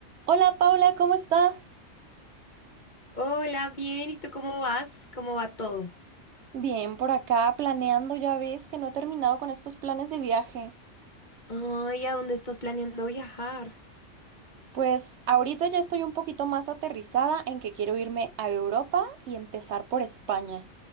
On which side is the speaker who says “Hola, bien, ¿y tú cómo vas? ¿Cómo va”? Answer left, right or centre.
Left